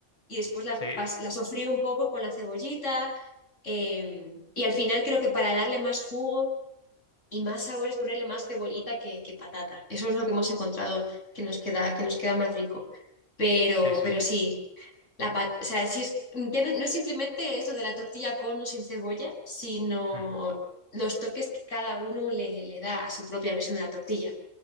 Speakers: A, on the left; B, on the left.
A: y después la,
B: sí,
A: pas- la sofrío un poco con la cebollita. em, y al final creo que para darle más jugo y más sabor es ponerle más cebollita que, que patata. Eso es lo que hemos encontrado que nos queda, que nos queda más rico. Pero,
B: sí, sí.
A: pero sí, la pat- o sea, sí es, ya no, no es simplemente esto de la tortilla con o sin cebolla, sino
B: Hmm.
A: los toques que cada uno le, le da a su propia versión de la tortilla.